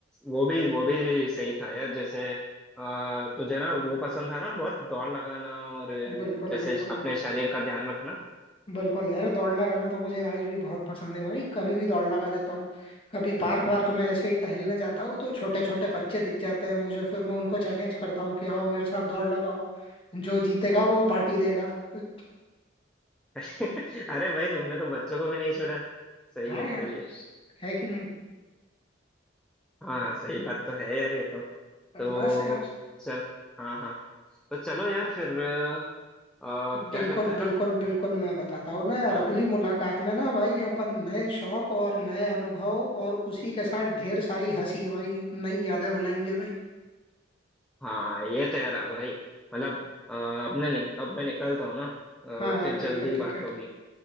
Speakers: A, in the centre; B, on the left.
A: वो भी वो भी सही था यार जैसे आ, तुझे ना वो पसंद था ना बहुत दौड़ लगाना और अ,
B: बिल्कुल
A: जैसे
B: बिल्कुल
A: अपने
B: बिल्कुल
A: शरीर का ध्यान रखना
B: बिल्कुल यार दौड़ लगाना तो मुझे आज भी बहुत पसंद है भाई कभी भी दौड़ लगा देता हूँ कभी पार्क वार्क में ऐसे ही टहलने जाता हूँ तो छोटे छोटे बच्चे दिख जाते हैं मुझे फिर मैं उनको चैलेंज करता हूँ कि आओ मेरे साथ दौड़ लगाओ जो जीतेगा वो पार्टी देगा तो
A: <laughs> अरे भाई तुमने तो बच्चों को भी नहीं छोड़ा सही
B: हाँ
A: है सही
B: यार
A: है
B: है कि नहीं
A: हाँ हाँ सही बात तो है यार ये तो
B: बस
A: तो
B: यार
A: चल हाँ हाँ तो चलो यार फिर अ, क्या
B: बिल्कुल
A: करते हैं
B: बिल्कुल
A: ना
B: बिल्कुल मैं बताता हूँ ना यार
A: हाँ
B: अगली मुलाकात में ना भाई अपन नए शौक और नए अनुभव और उसी के साथ ढेर सारी हंसी भाई नई यादें बनाएंगे भाई
A: हाँ ये तो यार भाई मतलब अ, अब मैं नि, अब मैं निकलता हूँ ना अ,
B: हाँ हाँ
A: फिर जल्दी
B: ठीक है ठीक
A: बात
B: है
A: होगी